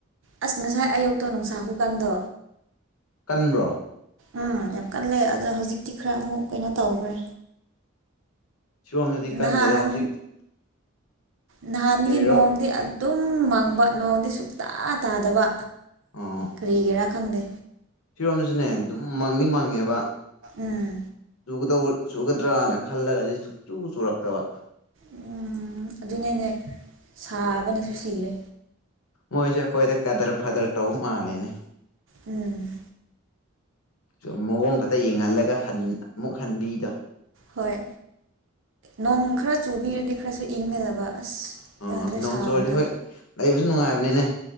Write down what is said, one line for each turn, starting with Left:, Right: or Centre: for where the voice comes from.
Right: ꯑꯁ ꯉꯁꯥꯏ ꯑꯌꯨꯛꯇꯣ ꯅꯨꯡꯁꯥ ꯈꯨꯀꯥꯟꯗꯣ
Left: ꯀꯟꯕ꯭ꯔꯣ
Right: ꯎꯝ ꯌꯥꯝ ꯀꯜꯂꯦ ꯑꯗꯣ ꯍꯧꯖꯤꯛꯇꯤ ꯈꯔ ꯑꯃꯨꯛ ꯀꯩꯅꯣ ꯇꯧꯈ꯭ꯔꯦ
Left: ꯁꯣꯝꯗꯗꯤ ꯀꯟꯗꯦꯗ
Right: ꯅꯍꯥꯟ
Left: ꯍꯧꯖꯤꯛ
Right: ꯅꯍꯥꯟꯗꯒꯤ
Left: ꯀꯩꯔꯣ
Right: ꯅꯣꯡꯗꯤ ꯑꯗꯨꯝ ꯃꯪꯕ ꯅꯣꯡꯗꯤ ꯁꯨꯛꯇ ꯇꯥꯗꯕ
Left: ꯑꯣ
Right: ꯀꯔꯤꯒꯤꯔꯥ ꯈꯪꯗꯦ
Left: ꯐꯤꯔꯣꯝꯗꯁꯨꯅꯦ ꯑꯗꯨꯝ ꯃꯪꯗꯤ ꯃꯪꯉꯦꯕ
Right: ꯎꯝ
Left: ꯆꯨꯒꯗꯧ ꯆꯨꯒꯗ꯭ꯔꯅ ꯈꯜꯂꯒꯗꯤ ꯁꯨꯡ ꯆꯨ ꯆꯨꯔꯛꯇꯕ
Right: ꯎꯝ ꯑꯗꯨꯅꯅꯦ ꯁꯥꯕꯅꯁꯨ ꯁꯤꯔꯦ
Left: ꯃꯣꯏꯁꯦꯑꯈꯣꯏꯗꯤ ꯀꯗꯔ ꯐꯗ꯭ꯔ ꯇꯧ ꯃꯥꯜꯂꯦꯅꯦ
Right: ꯎꯝ
Left: ꯁꯨꯝ ꯃꯑꯣꯡ ꯈꯛꯇ ꯌꯦꯡꯍꯜꯂꯒ ꯍꯟ ꯑꯃꯨꯛ ꯍꯟꯕꯤꯗꯣ
Right: ꯍꯣꯏ ꯅꯣꯡ ꯈꯔ ꯆꯨꯕꯤꯔꯗꯤ ꯈꯔꯁꯨ ꯏꯪꯒꯗꯕ ꯑꯁ
Left: ꯑꯣ
Right: ꯌꯥꯗ꯭ꯔꯦ
Left: ꯅꯣꯡ
Right: ꯁꯥꯕꯅ
Left: ꯆꯣꯔꯗꯤ ꯍꯣꯏ ꯂꯩꯕꯁꯨ ꯅꯨꯡꯉꯥꯏꯕꯅꯤꯅꯦ